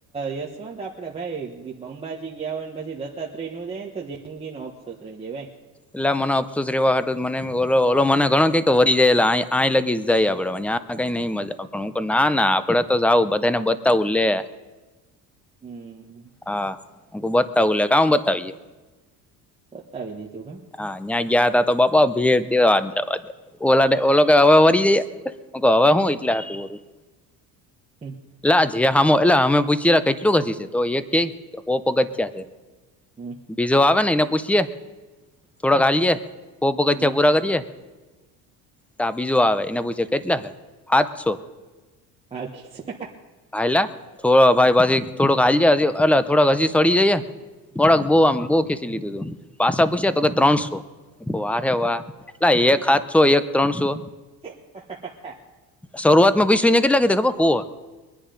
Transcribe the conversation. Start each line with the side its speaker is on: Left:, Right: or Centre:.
Right: યશવંત આપડે ભાઈ અંબાજી ગયા હોય ને પછી દત્તાત્રેય નો જાય ને તો તંગિ ન ઓઑ્સસ દવે
Centre: એટલે મને અફસોસ રહેવા હતો મને ઓલો ઓલો મને ઘણો કે કે વરી જાય એટલે આઈ લગી જાય આપડે ના કઈ નઈ મજા પણ હું ના આપડે તો જઉં બધા ને બતાવું લે
Right: <inaudible> હમ
Centre: હા અમક બતાવું લ કામ બતાવીએ
Right: બતાવી દીધું હ
Centre: હા ત્યાં ગયા હતા તો બાપા ભીડ ત હા જવા દયા ઓલા ઓ હવે વરી જયા હવે હું એટલે હતું બોરું
Right: હમ
Centre: લજ જે હામો એટલે અમે પૂછીએેલા કેટલું ઘસી છે તો એ ક પગથિયા છે
Right: હમ
Centre: બીજો આવે ને એને પૂછીએ થોડોક હાએ પોપ કચચા
Right: હમ
Centre: પૂરા કરીએ તો બીજું આવે એને પૂછે. કેટલા છે હાથસો
Right: અચ્છા
Centre: હાલા થોડો ભાઈ પછી થોડોક હાઈ જ હ અલા થોડક હજી સડી જઈએ. થોળક બહુ આમ બહુ ખેંચ લીધું તું પૂછ તો કે ત્રણસો વારેે વા એટ એક સાાથસો એક ત્રણસો
Right: હ
Centre: શરૂઆત માં બસવીને કેટલા કીધા ખબર હો